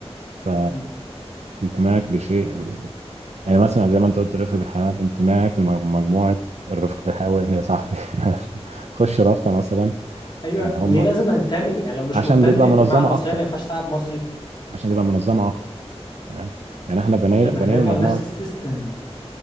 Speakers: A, on the right; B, on the left.
A: ف
B: <laughs>
A: انتمائك لشيء بي- يعني مثلا زي ما انت قلت رفق بالحيوان انتمائك لمجموعه الرفق بالحيوان يا صاحبي <laughs> يعني انت تخش رابطه مثلا
B: ايوه
A: ان هم
B: ليه لازم انتمي يعني لو مش
A: عشان
B: منتمي
A: تبقى
B: للجماعه
A: منظمه
B: المصريه
A: اكتر
B: ما ينفعش تلعب مصري
A: عشان تبقى منظمه اكتر تمام يعني احنا بنينا
B: يبقى
A: بنينا
B: هنرجع
A: المجموعه
B: لنفس
A: دي
B: السيستم